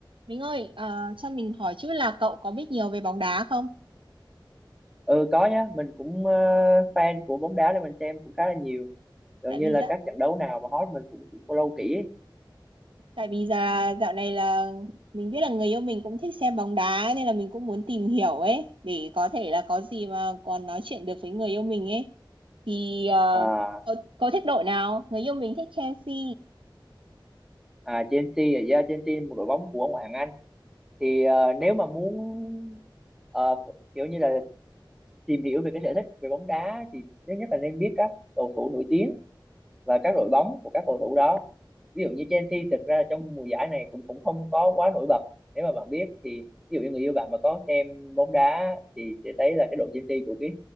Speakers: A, on the right; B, in the centre.
A: Mình ơi, ờ, cho mình hỏi chút là cậu có biết nhiều về bóng đá không?
B: ừ có nhá mình cũng ờ, fan của bóng đá nên mình xem cũng khá là nhiều gần
A: Tại
B: như
A: vì
B: là
A: dạ,
B: các trận đấu nào mà hot mình cũng cũng follow kỹ
A: tại vì dạ, dạo này là mình biết là người yêu mình cũng thích xem bóng đá ấy, nên là mình cũng muốn tìm hiểu ấy để có thể là có gì mà còn nói chuyện được với người yêu mình ấy. Thì ờ,
B: à,
A: cậu, cậu thích đội nào? Người yêu mình thích Chelsea.
B: à Chelsea là yeah, Chelsea là một đội bóng của ngoại hạng Anh thì ờ, nếu mà muốn ờ, kiểu như là tìm hiểu về cái sở thích về bóng đá thì thứ nhất là nên biết các cầu thủ nổi tiếng và các đội bóng của các cầu thủ đó ví dụ như Chelsea thực ra trong mùa giải này cũng cũng không có quá nổi bật nếu mà bạn biết thì ví dụ như người yêu bạn mà có xem bóng đá thì sẽ thấy là cái đội Chelsea của cái